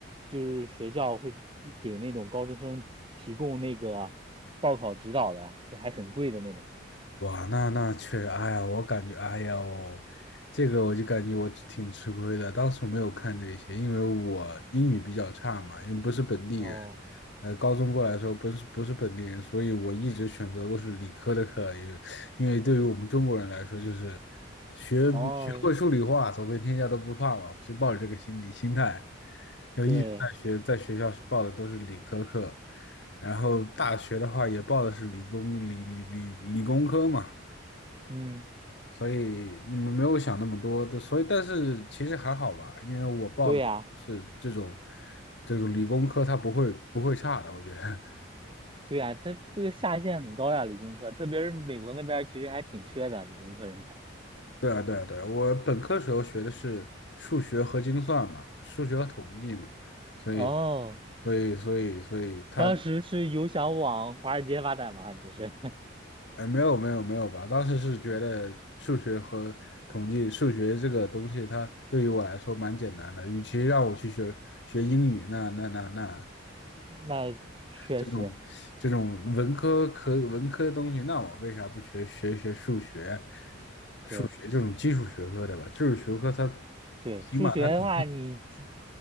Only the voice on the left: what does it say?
哇，那那确实，哎呀，我感觉，哎呀哦这个我就感觉我挺吃亏的。当时没有看这些，因为我英语比较差嘛，因为不是本地人，
呃，高中过来的时候不是不是本地人，所以我一直选择都是理科的课，因为因为对于我们中国人来说，就是学学会数理化，
走遍天下都不怕嘛，就抱着这个心理心态，就一直在学，
在学校报的都是理科课。然后大学的话也报的是理工理理理理工科嘛，
所以你们没有想那么多的，所以但是其实还好吧，因为我报的是这种
这种理工科，它不会不会差的，我觉得。
<laughs> 对啊，对啊，对啊，我本科时候学的是数学和精算嘛，数学和统计嘛，所以
所以所以所以它
哎，没有没有没有吧，当时是觉得数学和统计，数学这个东西它对于我来说蛮简单的，与其让我去学学英语，那那那那
这种这种文科科文科的东西，那我为啥不学学学数学，
学这种基础学科的吧？基础学科它
起码它底